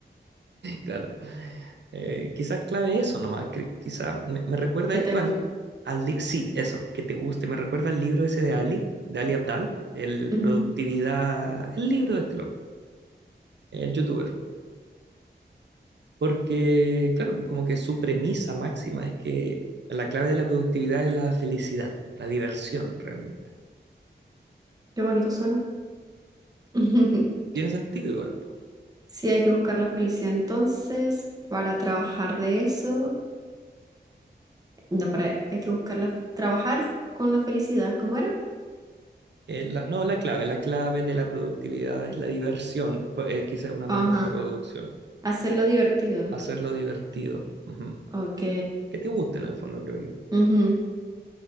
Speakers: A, on the right; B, on the right.
A: Claro. Eh, quizás clave eso nomás. cre- Quizás me, me recuerda
B: que
A: esto
B: te gusta.
A: al, al li- Sí, eso, que te guste. Me recuerda al libro ese de Ali, de Ali Abdal, el
B: Ujú.
A: productividad, el libro de este loco, el youtuber. Porque, claro, pues como que su premisa máxima es que la clave de la productividad es la felicidad, la diversión realmente.
B: Qué bonito suena. <laughs>
A: Tiene sentido igual. po.
B: Sí, hay que buscar la felicidad entonces para trabajar de eso. No, para, hay que buscar la, trabajar con la felicidad, ¿cómo era?
A: Eh, la- no, la clave, la clave de la productividad es la diversión, pues, eh, quizás una mejor
B: Ajá,
A: traducción.
B: hacerlo divertido.
A: hacerlo divertido. Ujú.
B: Ok,
A: Que te guste en el fondo, creo yo.
B: ujú,